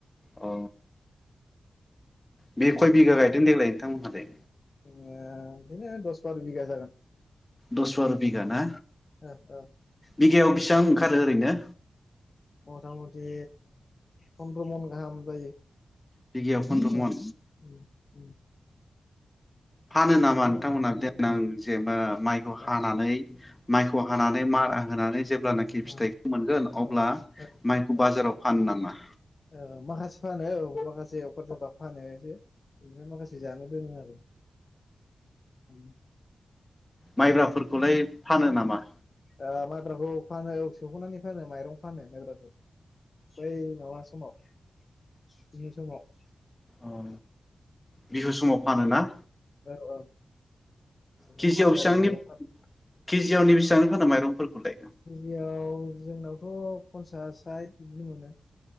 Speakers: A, on the left (about 20°); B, on the left (about 50°).
A: औ बे खय बिघा गायदों देग्लाय नोंथांमोनहालाय
B: जोंना बिदिनो दस बार' बिगा जागोन
A: दस बार बिगा ना
B: ओ ओ
A: बिघायाव बेसिबां ओंखारो ओरैनो
B: मथा मथि फन्द्र' मन गाहाम जायो
A: बिगायाव
B: फन्द्र'
A: फन्द्र'मन
B: मन उम उम
A: फानो नामा
B: फन्द्र'
A: नोंथांमोनहा
B: मन सद्र'
A: देनां
B: मन
A: जेनेबा माइखौ हानानै
B: ओ
A: माइखौ हानानै मारा
B: ओ
A: होनानै जेब्लानाखि फिथाइखौ
B: ओ
A: मोनगोन अब्ला
B: ओ ओ
A: माइखौ बाजाराव
B: ओ
A: फानो नामा
B: ओ माखासे फानो औ माखासे अफार जाबा फानो एसे ओमफ्राय माखासे जानो दोनो आरो उम
A: माइब्राफोरखौलाय फानो नामा
B: ओ माइब्राखौ फानो सोख'नानै फानो माइरं फानो माइब्राखौ बै माबा समाव बिहु समाव
A: औ बिहु समाव फानो ना
B: औ औ सौनानै
A: केजियाव
B: फानो
A: बेसांनि
B: आरो माइरं फानो
A: केजियावनि बेसांनि फानो माइरंफोरखौ लाय
B: केजियाव जोंनावथ' पन्सास साइ बिदि मोनो